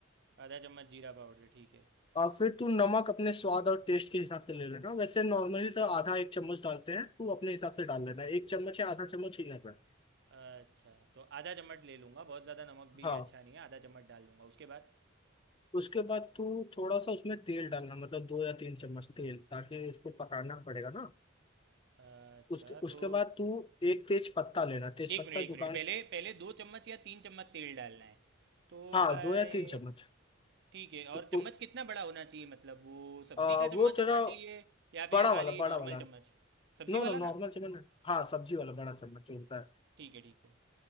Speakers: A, on the right; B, on the left.
A: आधा चम्मच जीरा पाउडर ठीक है
B: और फिर तू नमक अपने स्वाद और टेस्ट के हिसाब से ले लेना वैसे नॉर्मली तो आधा एक चम्मच डालते हैं तू अपने हिसाब से डाल लेना एक चम्मच या आधा चम्मच ही लेना
A: अच्छा तो आधा चम्मच ले लूँगा बहुत ज़्यादा नमक भी
B: हाँ
A: अच्छा नहीं है आधा चम्मच डाल दूंगा उसके बाद
B: उसके बाद तू थोड़ा सा उसमें तेल डालना मतलब दो या तीन चम्मच तेल ताकि उसको पकाना पड़ेगा ना
A: अच्छा
B: उसके उसके
A: तो
B: बाद तू एक तेज पत्ता लेना तेज
A: एक
B: पत्ता
A: मिनट एक मिनट
B: दुकान
A: पहले पहले दो चम्मच या तीन चम्मच तेल डालना है तो
B: हाँ
A: भाई
B: दो या तीन चम्मच
A: ठीक है
B: उ-
A: और चम्मच
B: उ-
A: कितना बड़ा होना चाहिए मतलब वो सब्ज़ी
B: आ,
A: का
B: वो
A: चम्मच
B: तेरा
A: होना चाहिए या
B: बड़ा
A: फिर
B: वाला
A: खाली
B: बड़ा
A: नॉर्मल
B: वाला
A: चम्मच सब्ज़ी
B: नो नो
A: वाला
B: नॉर्मल
A: ना
B: चम्मच हाँ सब्जी वाला बड़ा चम्मच जो होता है
A: ठीक है ठीक है